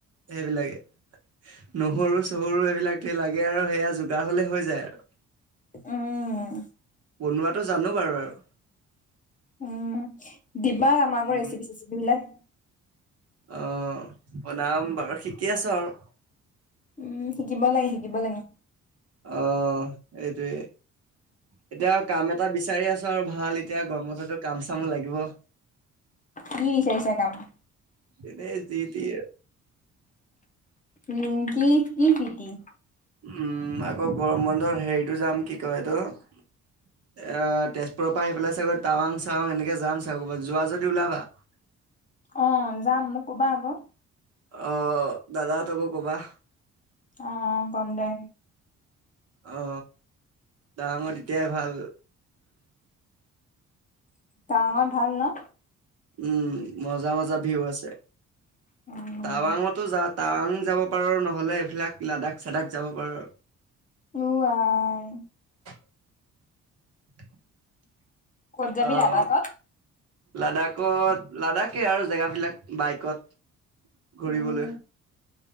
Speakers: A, on the right; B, on the left.
A: সেইবিলাকে। নহৰু চহৰু এইবিলাক লাগে আৰু সেয়া যোগাৰ হলে হৈ যায় আৰু।
B: উম,
A: বনোৱাটো জানো বাৰু আৰু
B: উম, দিবা আমাকো
A: উম
B: ৰেচিপি চেচিপ বিলাক।
A: অ', প্ৰনাম বাৰু শিকি আছো আৰু।
B: উম, শিকিব লাগে শিকিব লাগে।
A: অ', এইটোৱে। এতিয়া কাম এটা বিচা বিচাৰি আছো আৰু ভাল এতিয়া গৰমঠো কাম চামো লাগিব।
B: কি বিচাৰিচা দাম।
A: এনেই জিতিয়ে।
B: উম, কি কি <unintelligible>
A: উম, আকৌ গৰম বন্ধৰ হেৰিতটো যাম কি কয় এইটো। আহ তেজপুৰৰ পৰা আহি পেলাই চাগৈ টাৱাং চাৱাং এনেকে যাম চাগ যোৱা যদি ওলাবা। <unintelligible>
B: অ', যাম মোক ক'বা আকৌ।
A: অ', দাদা হতকো ক'বা।
B: অ', অ', কম দে।
A: অ, টাৱাংত এতিয়াই ভাল
B: টাৱাং ত ভাল ন?
A: উম, মজা-মজা ভিউ আছে।
B: উম,
A: টাৱাঙতো যা টাৱাং যাব পাৰো নহলে এইবিলাক লাডাখ চাডাক যাব পাৰো।
B: উ, আই।
A: <unintelligible>
B: ক'ত যাবি
A: অ',
B: লাডাখত?
A: লাডাখ লাাডাখ ঠিকে আৰু জেগাবিলাক বাইকত ঘূৰিবলৈ।
B: উম,